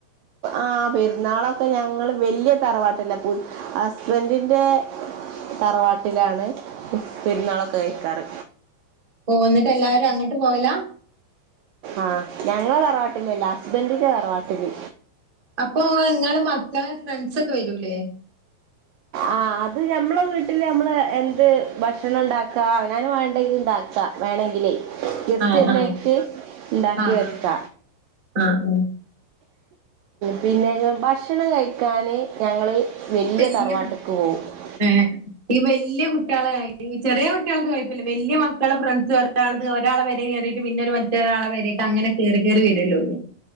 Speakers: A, on the right; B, on the right.
A: ആഹ പെരുന്നാളൊക്കെ ഞങ്ങള് വലിയ തറവാട്ടില്ല ഹസ്ബന്റിന്റെ തറവാട്ടിലാണ് പെരുന്നാളൊക്കെ കഴിക്കാറ്
B: ഓഹ് ഇന്നിട്ട് എല്ലാരും അങ്ങട്ട് പോവലാ
A: ആഹ് ഞങ്ങളെ തറവാട്ടില്ലല്ല ഹസ്ബന്റിന്റെ തറവാട്ടില്
B: അപ്പൊ ഇങ്ങളെ മക്കളെ ഫ്രണ്ട്സ് ഒക്കെ വരൂലേ
A: ആഹ് അത് ഞമ്മള വീട്ടില് നമ്മള് എന്ത് ഭക്ഷണം ഉണ്ടാക്ക അവനാൻ വേണ്ടെത് ഉണ്ടാക്ക വേണെങ്കിൽ ഗസ്റ്റ്
B: ആഹ്
A: വര്ന്നേരത്ത്
B: ആഹ്
A: ഇണ്ടാക്കി
B: ആഹ്
A: വെക്ക
B: ആഹ് ആഹ് ആഹ്
A: പിന്നെ ഭക്ഷണം കഴിക്കാൻ ഞങ്ങൾ വല്ല്യ
B: ഈ വല്യ
A: തറവാട്ട് <unintelligible>
B: ഏഹ് ഈ വല്ല്യ കുട്ട്യാളെ ചെറിയ കുട്ട്യാൾത് കുഴപ്പില്ല വല്യ മക്കള് ഫ്രണ്ട്സ്ന്ന് ഒരാൾത് ഒരാളെ പെരീ കേറീട്ട് പിന്നെ ഒര് മറ്റൊരാളെ പെരീക്ക് അങ്ങനെ കേറി കേറി വരുല്ലോ ഓല്